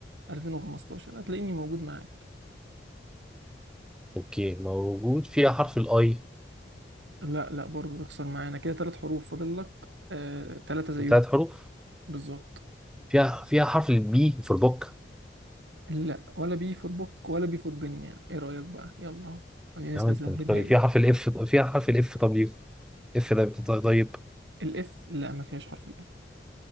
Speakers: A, on the right (about 80°); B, in the centre.
A: 2015 هتلاقيني موجود معاك
B: اوكي موجود فيها حرف الاي
A: لا لا برضه تخسر معانا كده ثلاث حروف فاضل لك آه ثلاثة زيهم
B: ثلاث حروف
A: بالظبط
B: فيها فيها حرف البي في البوك
A: لا ولا بي فور بوك ولا بي فور بن يعني ايه رأيك بقى يلا اهو خلينا نسبة
B: يا عم انت
A: سهلها
B: مختار ايه؟
A: لك
B: فيها حرف الاف فيها حرف الاف طب ليه؟ اف ده بت- طيب
A: الاف لا ما فيهاش حرف الاف